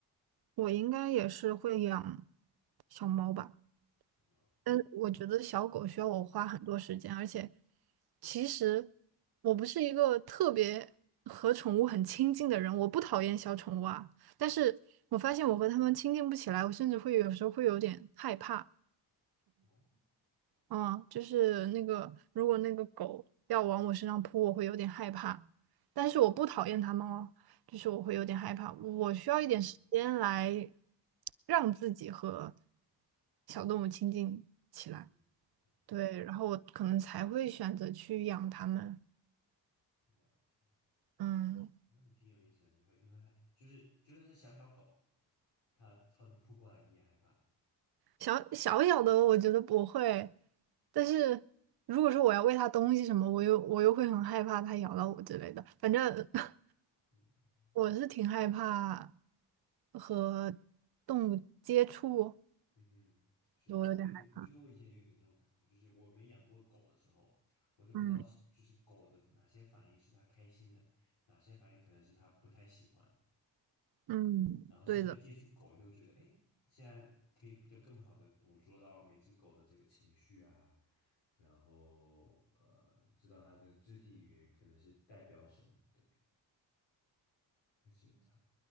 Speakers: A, on the right (about 55°); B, on the left (about 85°).
A: 我应该也是会养小猫吧，
B: 小猫，
A: 但是我觉得小狗需要我花很多时间，
B: 嗯，
A: 而且其实我不是一个特别和宠物很亲近的人，我不讨厌小宠物啊，但是我发现我和它们亲近不起来，我甚至会有时候会有点害怕。
B: 哦，
A: 嗯，就是那个，如果那个狗要往我身上扑，我会有点害怕，但是我不讨厌它们哦，就是我会有点害怕，我需要一点时间来
B: 嗯
A: 让自己和小动物亲近起来，
B: 嗯嗯，
A: 对，然后我可能才会选择去养它们，
B: 了解。
A: 嗯。
B: 然后你挺有意思的，你会你会害，就是就算是小小狗，它朝你扑过来，你也害怕。
A: 小小小的我觉得不会，但是如果说我要喂它东西什么，我又我又会很害怕它咬到我之类的。反正 <laughs>
B: 嗯
A: 我是挺害怕和动物接触，
B: 嗯哼，是，
A: 我有点害怕
B: 因为我我觉得我以前也有点这种感觉，就是我没养过狗的时候，我就不知道什么，
A: 嗯
B: 就是狗的哪些反应是它开心的，哪些反应可能是它不太喜欢。
A: 嗯，
B: 然后现在接触狗以后，
A: 对的，
B: 觉得哎，现在可以比较更好的捕捉到每只狗的这个情绪啊，然后呃，知道它的肢体语言可能是代表什么，对，还是有差。